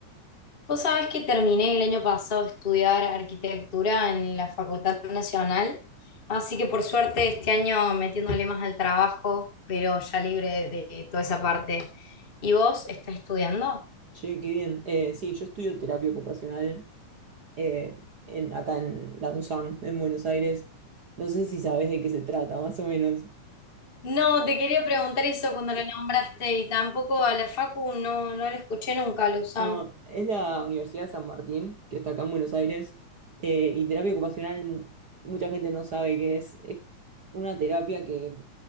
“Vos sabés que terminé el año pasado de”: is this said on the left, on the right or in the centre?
Left